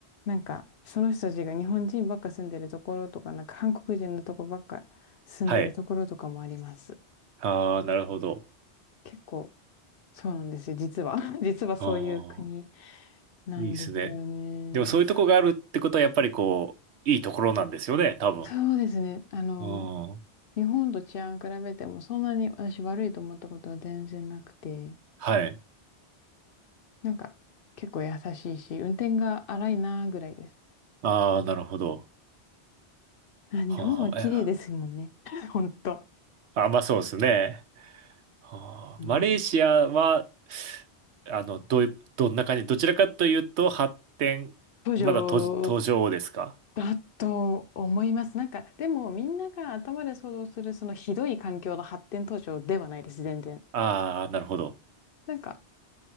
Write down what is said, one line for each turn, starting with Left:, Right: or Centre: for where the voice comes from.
Left: なんか、その人たちが日本人ばっか住んでるところとか、なんか韓国人のとこばっか住んでるところとかもあります。
Right: はい。ああ、なるほど。
Left: 結構、そうなんですよ、実は。<laughs> 実はそういう国
Right: ああ、
Left: なんですよね。
Right: いいですね。でもそういうとこがあるってことは、やっぱりこう、いいところなんですよね、多分。
Left: そうですね。あの、
Right: うん。
Left: 日本と治安比べてもそんなに私悪いと思ったことは全然なくて、
Right: はい。
Left: なんか結構優しいし、運転が荒いなぐらいです。
Right: ああ、なるほど。
Left: あ、日本は綺麗ですもんね。
Right: はあ、はあ、え
Left: <laughs> ほんと。
Right: あまあそうですね。はあ、
Left: うん。
Right: マレーシアは、あの、どういう、どんな感じ、どちらかというと、発展、
Left: 都
Right: まだ途、途上ですか
Left: だと思います。なんか、でもみんなが頭で想像するそのひどい環境の発展途上ではないです、全然。
Right: ああー、なるほど。
Left: なんか、